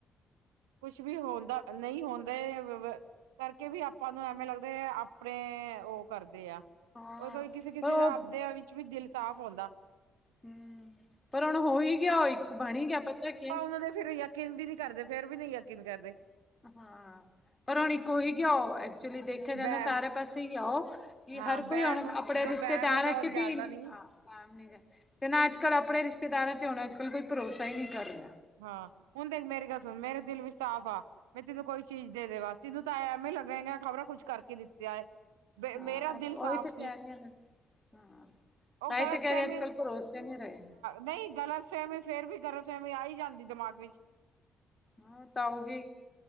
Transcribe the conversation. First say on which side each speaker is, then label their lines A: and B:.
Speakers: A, on the right; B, on the left.
A: ਕੁਛ ਵੀ ਹੁੰਦਾ ਨਹੀਂ ਹੁੰਦਾ ਕਰਕੇ ਵੀ ਆਪਾਂ ਨੂੰ ਐਵੇਂ ਲੱਗਦੇ ਆਪਣੇ ਉਹ ਕਰਦੇ ਆ
B: ਹਾਂ
A: ਉਹ ਕੋਈ ਕਿਸੇ ਕਿਸੇ
B: ਪਰ ਉਹ
A: ਦਾ ਆਪਦਿਆਂ ਵਿੱਚ ਵੀ ਦਿਲ ਸਾਫ਼ ਆਉਂਦਾ
B: ਹਮ ਪਰ ਹੁਣ ਹੋ ਹੀ ਗਿਆ ਉਹ ਇੱਕ ਬਣੀ ਗਿਆ ਪਤਾ ਕਿ
A: ਉਹ ਦੇ ਫਿਰ ਯਕਨ ਵੀ ਨਹੀ ਕਰਦੇ ਫੇਰ ਵੀ ਨਹੀਂ ਯਕੀਨ ਕਰਦੇ
B: ਹਾਂ ਪਰ ਹੁਣ ਇੱਕ ਹੋਈ ਗਿਆ ਆਓ ਐਕਚੁਲੀ ਦੇਖਿਆ ਜਾਂਦਾ
A: ਬੈਮ
B: ਸਾਰੇ ਪਾਸੇ ਹੀ ਆਓ ਕਿ
A: ਹਾਂ
B: ਹਰ ਕੋਈਣ
A: ਬੈਮ
B: ਕਪੜੇ
A: ਜੋ
B: ਰਿਸ਼ਤੇਦਾਰਾਂ
A: ਬੈਮ ਹੁੰਦਾ
B: ਚ
A: ਉਹ ਜਾਂਦਾ
B: ਵੀ ਮ
A: ਨੀ
B: ਨੀ ਤੇ ਨਾ ਅੱਜ ਕੱਲ੍ਹ ਆਪਣੇ ਰਿਸ਼ਤੇਦਾਰਾਂ ਚ ਹੁਣ ਅੱਜ ਕੱਲ੍ਹ ਕੋਈ ਭਰੋਸਾ ਹੀ ਨਹੀ ਕਰ ਰਿਹਾ
A: ਹਾਂ ਹੁਣ ਦੇਖ ਮੇਰੀ ਗੱਲ ਸੁਣ ਮੇਰਾ ਦਿਲ ਵੀ ਸਾਫ਼ ਆ ਮੈਂ ਤੈਨੂੰ ਕੋਈ ਚੀਜ਼ ਦੇ ਦੇਵਾ ਤੈਨੂੰ ਤਾਂ ਐ ਐਵੇਂ ਲੱਗਿਆ ਖ਼ਬਰਾਂ ਕੁੱਝ ਕਰਕੇ ਦਿੱਤੀਆਂ ਹੈ
B: ਹਾਂ
A: ਮੇਰਾ
B: ਅੱਜ
A: ਦਿਲ
B: ਉਹੀ
A: ਸਾਫ਼
B: ਤੇ ਕਹਿ
A: ਸੀ
B: ਰਹੀਆਂ ਨੇ ਹਾਂ
A: ਉਹ
B: ਤਾਂਹੀ
A: ਗਲਤ
B: ਤੇ ਕਹਿ
A: ਫਹਿਮੀ
B: ਰਹੀਆਂ ਅੱਜ ਕੱਲ ਭਰੋਸੇ ਨਹੀ ਰਹੇ
A: ਨਹੀਂ ਗਲਤ ਸੇਮੀ ਫੇਰ ਵੀ ਗਲਤ ਸੇਮੀ ਆਈ ਜਾਂਦੀ ਦਿਮਾਗ ਵਿੱਚ
B: ਹਾਂ ਤਊਗੀ